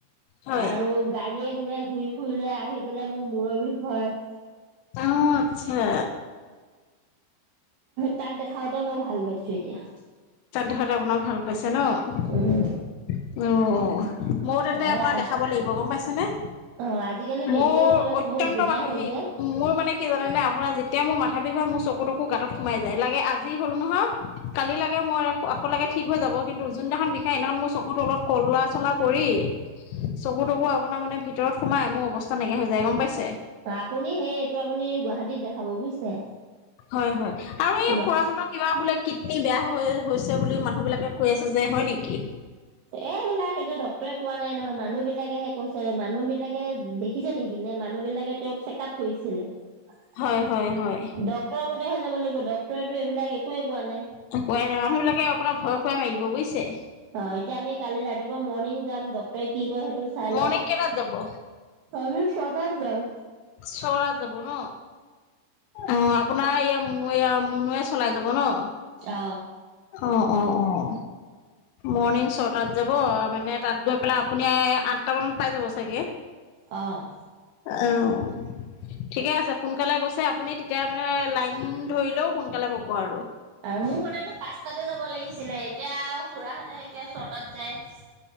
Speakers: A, on the left; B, on the right.
A: হয়
B: আৰু গাড়ীয়ে ঘুৰা ঘূৰি ফুৰিলে আহি পেলাই মোৰ মূৰৰ বিষ হয়।
A: অ' আচ্ছা।
B: তাত দেখাওতে মই ভাল পাইছো এতিয়া।
A: তাত দেখাওতে আপোনাৰ ভাল পাইছে ন?
B: উম
A: অ ময়ো তেন্তে
B: আৰু
A: আপোনাৰ
B: আজি
A: দেখাব লাগিব, গম পাইছেনে?
B: অ আজিকালি
A: মোৰ
B: মেডিকেল কলেজ
A: অত্যন্ত
B: বহুত ধুনীয়া
A: মাথাৰ
B: হ'ল
A: বিষ।
B: যে
A: মোৰ মানে কি জানেনে? আপোনাৰ যেতিয়া মোৰ মাথা বিষ হয় মোৰ চকুটকু গাঁতত সোমাই যায়, লাগে আজি হ'ল নহয় কালিলে মই আক লাগে ঠিক হৈ যাব কিন্তু যোনদিনাখন বিষাই সিদিনাখন মোৰ চকুুৰ তলত কলা চলা পৰি চকু তকু আপোনাৰ মানে ভিতৰত সোমাই মোৰ অৱস্থা নাইকিয়া হৈ যায়, গম পাইছে?
B: আপুনি সেই এইটো আপুনি গুৱাহাটীত দেখাব বুইছে,
A: হয় হয়। আৰু
B: গুৱাহাটীত
A: এই খুৰাজনৰ কিবা বোলে কিডনী বেয়া হৈ হৈছে বুলি মানুহ বিলাকে কৈ আছে যে, হয় নেকি?
B: এইবিলাক সেইটো ডক্তৰে কোৱা নাই নহয়, মানুহ বিলাকেহে কৈছে মানুহ বিলাকে দে দেখিছে নেকি নে মানুহ বিলাকে তেওঁক চেক আপ কৰিছিলে? ডক
A: হয় হয় হয়।
B: ডাক্তৰৰ মতেহে যাব লাগিব, ডক্তৰেতো এইবিলাক একোৱে কোৱা নাই।
A: কোৱাই নাই মানুহ বিলাকে অপোনাক ভয় খুৱাই মাৰিব, বুইছে।
B: অ এতিয়া আমি কালি ৰাতিপুৱা মৰ্ণিং যাম ডক্তৰে কি কয় সেইটো চাই
A: মৰ্ণিং
B: লওঁ।
A: কেইটাত যাব?
B: আমি ছটাত যাওঁ।
A: ছটাত যাব ন? অ আপোনাৰ এইয়া এইয়া মুনুয়ে চলাই যাব ন?
B: অ।
A: অ অ অ অ। মৰ্ণিং ছটাত যাব মানে তাত গৈ পেলাই আপুনি আঠটা মানত পাই যাব চাগে?
B: অঁহ।
A: অহ। ঠিকে আছে সোনকালে গৈছে আপুনি তেতিয়া মানে লাইন ধৰিলেও সোনকালে পাব আৰু।
B: মোৰ মতেটো পাঁচটাতে যাব লাগিছিলে এতিয়া খুৰাহঁতেহে কিয় ছটাত যায়।